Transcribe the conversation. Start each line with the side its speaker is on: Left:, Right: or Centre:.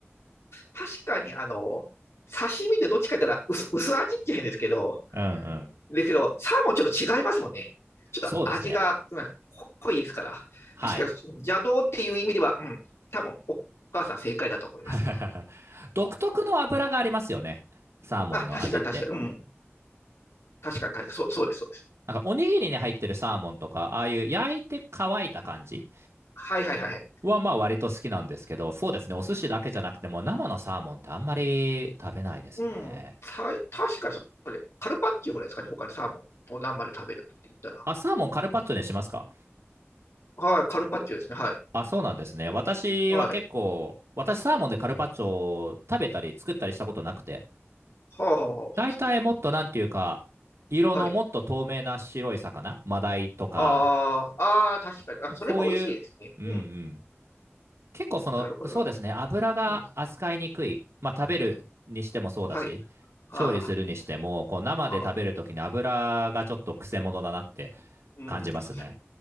Left: 確かに、あの、刺身でどっちかって言ったら薄、薄味っちゃうんですけど、
Right: うんうん。
Left: ですけど、サーモンちょっと違いますもんね。ちょっと味が、
Right: そうですね。
Left: うん、濃いですから。
Right: はい。
Left: 確かに邪道っていう意味では、うん、多分お母さん正解だと思います。
Right: <laughs> 独特の油がありますよね。サーモンの味って。
Left: あ、確かに確かに、うん、確かに確かに、そう、そうです、そうです。
Right: なんかおにぎりに入ってるサーモンとか、ああいう焼いて乾いた感じ
Left: はいはいはいはい。
Right: はまあ割と好きなんですけど、そうですね。お寿司だけじゃなくても生のサーモンってあんまり食べないですね。
Left: うん、た確かにそれ、カルパッチョぐらいですかね、他にサーモンを生で食べるって言ったら。
Right: あ、サーモンカルパッチョにしますか
Left: はい、カルパッチョですね、はい。
Right: あ、そうなんですね。私は結構、
Left: はい。
Right: 私サーモンでカルパッチョを食べたり作ったりしたことなくて、
Left: はあ、はあは
Right: 大体もっとなんていうか、色のもっと透明な白い魚、
Left: あ、はい。
Right: マダイとか、
Left: ああ、ああ、確かに。あ、それも美味しいですね。
Right: そういう、うんうん。
Left: うん。
Right: 結構その、
Left: なるほど。
Right: そうですね、油が扱いにくい。
Left: うん。
Right: まあ食べるにしてもそうだし、
Left: はい。はあはあ、
Right: 調理するにしても、こう生で食べるときに油がちょっとくせ者だなって
Left: ああ、うん、
Right: 感じますね。
Left: なんか、